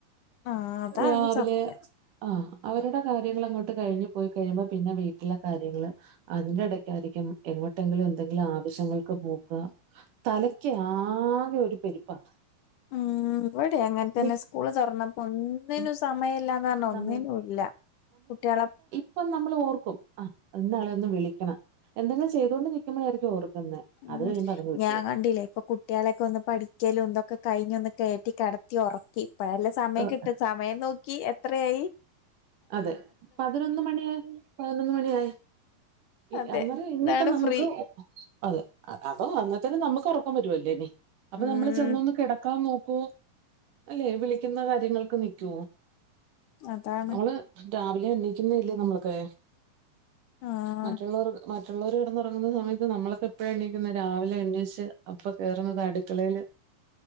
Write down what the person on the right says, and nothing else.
രാവിലെ
ആഹ് അവരുടെ കാര്യങ്ങൾ അങ്ങോട്ട് കഴിഞ്ഞ് പോയി കഴിയുമ്പോ പിന്നെ വീട്ടിലെ കാര്യങ്ങള് അതിന്റെ ഇടയ്ക്കായിയിരിക്കും എങ്ങോട്ടെങ്കിലും എന്ത ങ്കിലും ആവശ്യങ്ങൾക്ക് പോക തലക്ക് ആകെ ഒരു പെരുപ്പാ
വി
ഉം
സമയം
അപ്പൊ നമ്മൾ ഓർക്കും ആഹ് എന്തായാലും ഒന്ന് വിളിക്കണം എന്തെങ്കിലും ചെയ്തൊണ്ട് നിക്കുമ്പോഴായിരിക്കും ഓർക്കുന്നെ.. അത്
കഴിയുമ്പോ അതങ്ങ് വിട്ടു
പോവും
അതെ പതിനൊന്ന് മണി പതിനൊന്ന് മണിയായി.. ഇ
അവര് ഇഞ്ഞിപ്പ
നമ്മക്ക്
ഒ അതെ അ അപ്പ അന്നത്തേരം നമുക്ക് ഒറക്കം വരുവല്ലേനി അപ്പൊ
നമ്മള് ചെന്നൊന്ന് കെടക്കാൻ നോക്കൂ അല്ലെ വിളിക്കുന്ന കാര്യങ്ങൾക്ക് നിക്കോ
നമ്മള് രാവിലെ എണിക്കുന്നതല്ലേ നമ്മളെക്കെ
മറ്റുള്ളവർ മറ്റുള്ളോർ കെടന്നൊറുങ്ങുന്ന സമയത്ത് നമ്മളൊക്കെ എപ്പോഴാ എണ്ണീക്കുന്നത് രാവിലെ എണ്ണീച്ച് അപ്പ കയറുന്നതാ അടു അടുക്കളേല്ല്